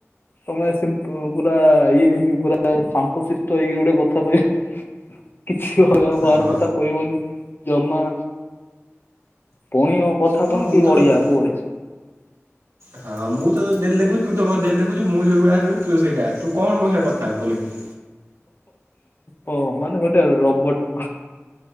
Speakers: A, on the left (about 45°); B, on the right (about 80°).
A: ତମେ ସିମ୍ପ ପୁରା ଇଏ ହେଇକି ପୁରା ଶାନ୍ତଶିଷ୍ଟ ହେଇକି ଗୋଟେ କଥା କହିବ। <inaudible> କିଛି ହ ବାହାର
B: ହଁ
A: କଥା କହିବନି। ଜମା ପଣି କଥା
B: ହଁ
A: କଣ
B: ମୁଁ
A: କି
B: ତ
A: ଓଡିଆ
B: ତୋତେ
A: ବୁ ଓଡିଆ।
B: ହଁ ମୁଁ ତତେ ଡେଲି ଦେଖୁଚି ତୁ ତ ମତେ ଡେଲି ଦେଖୁଚୁ ମୁଁ ଯୋଉ ଗାଁ ରେ ରହୁଚି ତୁ ତ ସେଇ ଗାଁ ରେ। ତୁ କଣ ମୋ ସାଙ୍ଗ ରେ କଥା ହବୁ ଭଲ କିନା?
A: ଓ ମାନେ ଗୋଟେ ରୋବଟ।